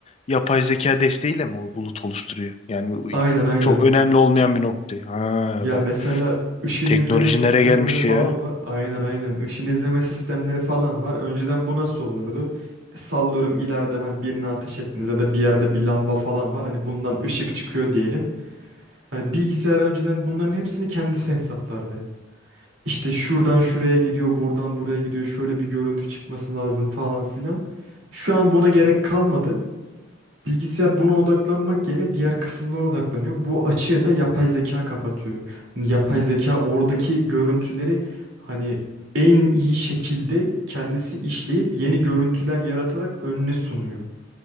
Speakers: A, on the left; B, on the right.
A: yapay zeka desteğiyle mi o bulut oluşturuyor? Yani bu
B: Aynen aynen.
A: çok önemli olmayan bir nokta. Ha
B: Ya
A: bak
B: mesela ışın
A: teknoloji
B: izleme sistemleri
A: nereye gelmiş
B: falan
A: ya?
B: var. Aynen aynen. Işın izleme sistemleri falan var. Önceden bu nasıl olurdu? E, Sallıyorum ileride hani birine ateş ettiniz ya da bir yerde bir lamba falan var. Hani bundan ışık çıkıyor diyelim. Hani bilgisayar önceden bunların hepsini kendisi hesaplardı. İşte şuradan şuraya gidiyor, buradan buraya gidiyor. Şöyle bir görüntü çıkması lazım falan filan. Şu an buna gerek kalmadı. Bilgisayar buna odaklanmak yerine diğer kısımlara odaklanıyor. Bu açığı da yapay zeka kapatıyor. Hani yapay
A: Hmm.
B: zeka oradaki görüntüleri hani en iyi şekilde kendisi işleyip yeni görüntüler yaratarak önüne sunuyor.